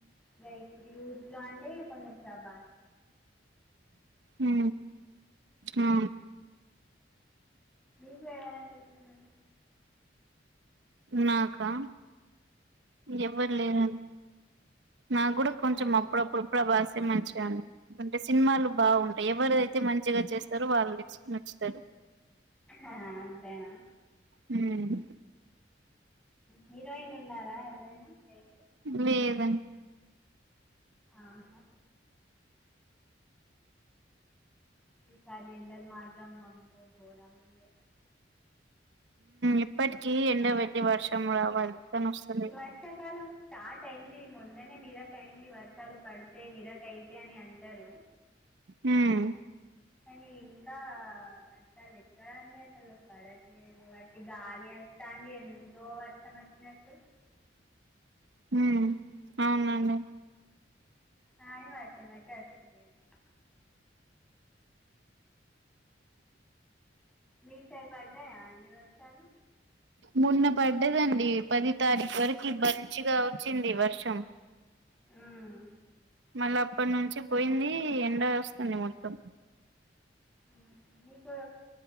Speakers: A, in the centre; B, on the right.
A: ఇగ ఇప్పుడు యూత్ లో అంటే కొంచెం ప్రభాస్
B: ఉ ఆ
A: మీకు ఎవరంటె ఇష్టమండి
B: నాకా ఎవ్వరు
A: మ్,
B: లేరు నా కూడా కొంచెం
A: ప్రభాస్
B: అప్పుడపుడు ప్రభాసే మంచిగని అంటే సినిమాలు బాగుంటాయి ఎవరు అయితే మంచిగా చేస్తారో వాళ్ళు నచ్చుతారు
A: అంతేనా
B: హ్మ్
A: హీరోయిన్ ఉన్నారా ఎవరైనా ఫేవరెట్
B: లేదండి
A: ఆహా ఈ సారి ఎండలు మాత్రం అమ్మో గోరంగుండే
B: ఇప్పటికీ ఎండ వెళ్లి వర్షం రావాలి కాని వస్తలే
A: వర్షాకాలం స్టార్ట్ అయింది మొన్ననే మిరక్ అయింది వర్షాలు పడతయ్ మిరక్ అయితే అని అంటారు
B: హ్మ్
A: కానీ ఇంకా అస్సలు ఎక్కడండి అస్సలు పడట్లేదు ఒట్టి గాలి వత్తాంది ఎంతో వర్షం నట్టు
B: హ్మ్ అవునండి
A: కానీ వర్షం అయితే అస్తలేదు మీ సైడు పడ్డాయా అండి వర్షాలు
B: మొన్న పడ్డదండి పది తారీఖు వరకి మంచిగా వచ్చింది వర్షం
A: హ్మ్
B: మళ్ళ అప్పటి నుంచి పోయింది ఎండ వస్తుంది మొత్తం
A: హ్మ్ ఇటు